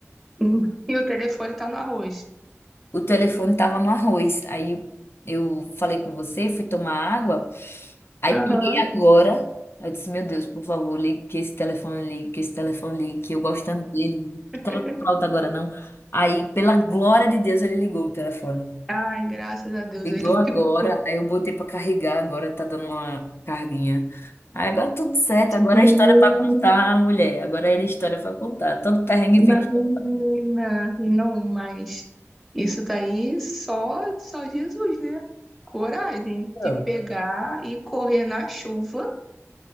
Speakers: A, in the centre; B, on the left.
A: Hum. E o telefone tá no arroz.
B: O telefone tava no arroz. Aí eu falei com você, fui tomar água. Aí
A: Aham.
B: peguei agora. Aí eu disse, meu Deus, por favor, ligue que esse telefone ligue, que esse telefone ligue, que eu gosto tanto dele. Não
A: <laughs>
B: quero comprar outro agora, não. Aí, pela glória de Deus, ele ligou o telefone.
A: Ai, graças a Deus,
B: Ligou
A: ele
B: agora,
A: <laughs> ligou.
B: aí eu botei pra carregar, agora tá dando uma uma carguinha. Aí agora tudo certo, agora
A: Hum,
B: é história pra contar, mulher. Agora é história pra contar. Todo perrengue vista.
A: Marina, não, mas isso daí só, só Jesus, né? Coragem
B: Então,
A: de pegar e correr na chuva.